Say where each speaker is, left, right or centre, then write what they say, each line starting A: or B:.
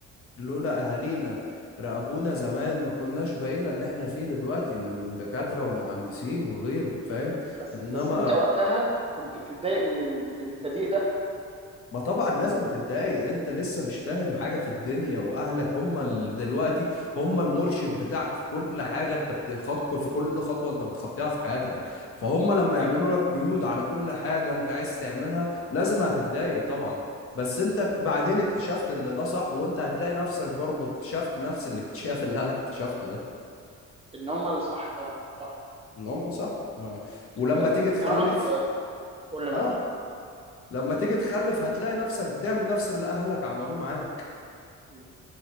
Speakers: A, on the left; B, on the right.
A: لولا اهالينا راقبونا زمان ما كناش بقينا اللي احنا فيه دلوقتي من دكاترة ومهندسين وغيره فاهم
B: بس
A: انما
B: بس انت وقتها كنت بتتضايق من ال... من التضييق ده
A: ما طبعا لازم تتضايق انت لسه مش فاهم حاجة في الدنيا واهلك هم ال- دلوقتي هم المرشد بتاعك في كل حاجة انت بتخط في كل خطوة انت بتخطيها في حياتك فهم لما يعملوا لك قيود على كل حاجة انت عايز تعملها لازم هتتضايق طبعا بس انت بعدين اكتشفت ان ده صح وانت هتلاقي نفسك برضه اكتشفت نفس الاكتشاف اللي انا اكتشفته ده
B: ان هم اللي صح فعلا صح
A: ان هم صح ما... ولما
B: انت تع-
A: تيجي
B: انت
A: تخلف
B: تعرف آه، قول لي انا
A: اه
B: معاك
A: لما تيجي تخلف هتلاقي نفسك بتعمل نفس اللي اهلك عملوه معاك
B: مم.